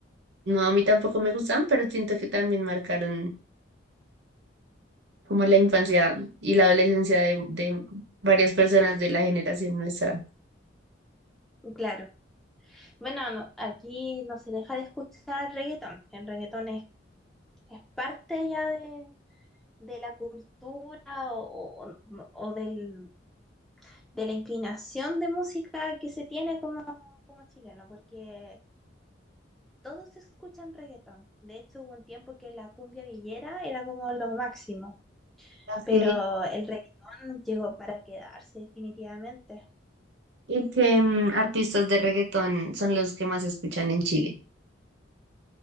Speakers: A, on the right (about 60°); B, in the centre.
A: no, a mí tampoco me gustaban, pero siento que también marcaron como la infancia y la adolescencia de, de varias personas de la generación nuestra.
B: claro. Bueno, no- aquí no se deja de escuchar reggaetón, el reggaetón es, es parte ya de, de la cultura o, o- o del- de la inclinación de música que se tiene como, como chileno, porque todos escuchan reggaetón. De hecho, hubo un tiempo que la cumbia villera era como lo máximo,
A: Ok.
B: pero el reggaetón llegó para quedarse definitivamente.
A: ¿Y qué mm, artistas de reggaetón son los que más escuchan en Chile?